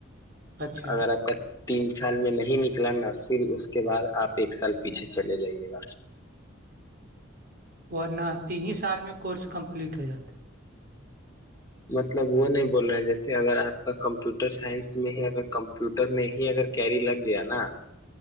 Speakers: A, on the right; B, on the left.
A: اچھا
B: اگر آپ کا تین سال میں نہیں نکلا نا پھر اس کے بعد آپ ایک سال پیچھے چلے جائیے گا
A: ورنہ تین ہی س سال میں کورس کمپلیٹ ہو جاتا ہے
B: مطلب وہ نہیں بول رہے ہیں جیسے اگر آپ کا کمپیوٹر سائنس میں ہے اگر کمپیوٹر میں ہی اگر کیری لگ گیا نا